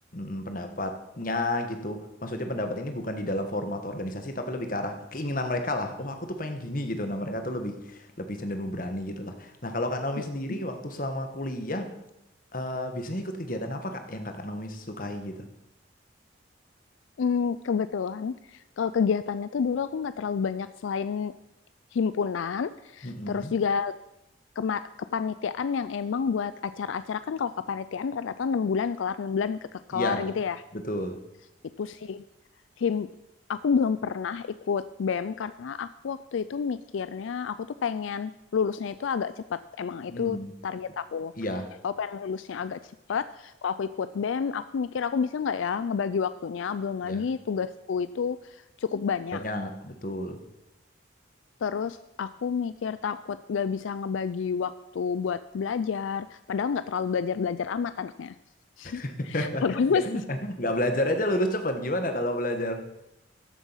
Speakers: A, on the left; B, on the left.
A: mm, pendapatnya gitu maksudnya pendapat ini bukan di dalam format organisasi tapi lebih ke arah keinginan mereka lah oh aku tuh pengen gini gitu nah mereka tuh lebih lebih cenderung berani gitu lah nah kalau Kak Naomi
B: mhm,
A: sendiri waktu selama kuliah eh, biasanya ikut kegiatan apa Kak yang Kak Naomi sukai gitu
B: mmm, kebetulan kalau kegiatannya tuh dulu aku nggak terlalu banyak selain himpunan,
A: Mm-mm.
B: terus juga kema kepanitiaan yang emang buat acara-acara kan kalau kepanitiaan rata-rata 6 bulan kelar, 6 bulan ke
A: Iya,
B: kelar gitu ya.
A: betul.
B: itu sih him aku belum pernah ikut BEM karena aku waktu itu mikirnya aku tuh pengen lulusnya itu agak cepat emang
A: Hmm.
B: itu target aku
A: Iya,
B: aku pengen lulusnya agak cepat kalau aku ikut BEM aku mikir aku bisa nggak ya ngebagi waktunya belum
A: iya,
B: lagi tugasku itu cukup banyak
A: banyak betul.
B: Terus aku mikir takut nggak bisa ngebagi waktu buat belajar, padahal nggak terlalu belajar-belajar amat anaknya.
A: <laughs>
B: <laughs> Terus
A: Nggak nggak belajar aja lulus cepat gimana kalau belajar?